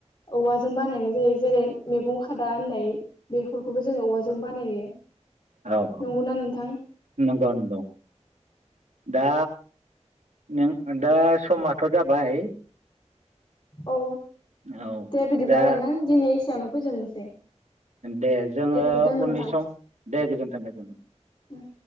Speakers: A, on the left; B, on the right.
A: औवाजों बानायनाय जायो जेरै मैगं खादा होननाय बेफोरखौबो जोङो औवाजों बानायो।
B: औ औ
A: नंगौना नोंथां
B: नंगौ नंगौ। दा नों दा समथ' जाबाय।
A: औ
B: औ
A: दे बिदिब्ला
B: दा
A: नोंथां दिनै एसेयावनो फोजोबनोसै।
B: दे जोङो
A: गोजोनथों नोंथां
B: उननि सम दे गोजोन्थों गोजोन्थों।
A: उम